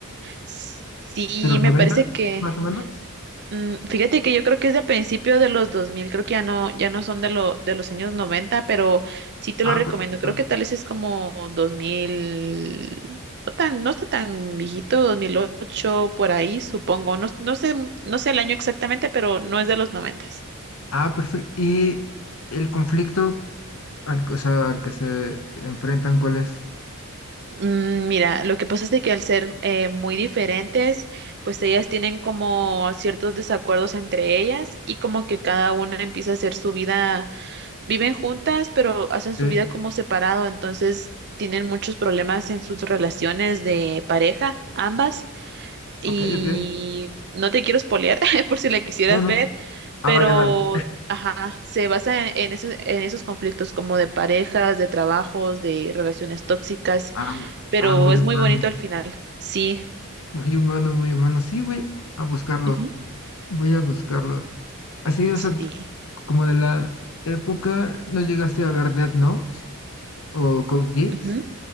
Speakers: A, on the right (about 50°); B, on the left (about 70°).
A: S- Sí,
B: de los
A: me
B: 90
A: parece que,
B: más o menos.
A: mm, fíjate que yo creo que es de principio de los 2000 creo que ya no, ya no son de, lo, de los años noventa pero sí te
B: Ah,
A: lo recomiendo.
B: perfecto.
A: Creo que tal vez es como 2000, no tan, no está tan viejito, dos mil ocho por ahí, supongo. No, no sé, no sé el año exactamente, pero no es de los noventa
B: Ah, perfecto. Y el conflicto... al, o sea, al que se enfrentan, ¿cuál es?
A: Mm, Mira, lo que pasa es de que al ser eh, muy diferentes, pues ellas tienen como ciertos desacuerdos entre ellas y como que cada una empieza a hacer su vida, viven juntas, pero hacen su
B: Sí,
A: vida como separado, entonces tienen muchos problemas en sus relaciones de pareja, ambas, y
B: Ok, ok.
A: no te quiero spoilear <laughs> por si la quisieras
B: No, no.
A: ver,
B: Ah,
A: pero
B: vale, vale.
A: ajá, se basa en, en esos, en esos conflictos como de parejas, de trabajos, de relaciones tóxicas
B: Ah, m-
A: pero
B: ah, muy
A: es
B: humano.
A: muy bonito al final. Sí.
B: <laughs> Muy humano, muy humano. Sí, voy a buscarlo.
A: Ujú.
B: Voy a buscarlo. Así, o
A: Sí.
B: sea, t- como de la época, ¿no llegaste a ver Death Note o Code Geass?
A: Ujú.